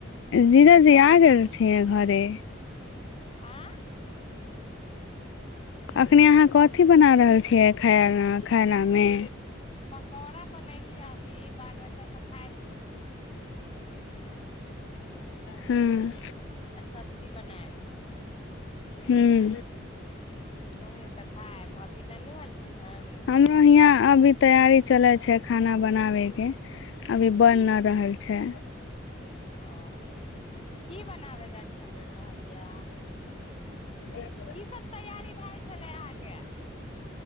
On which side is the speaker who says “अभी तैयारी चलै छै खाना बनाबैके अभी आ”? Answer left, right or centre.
Left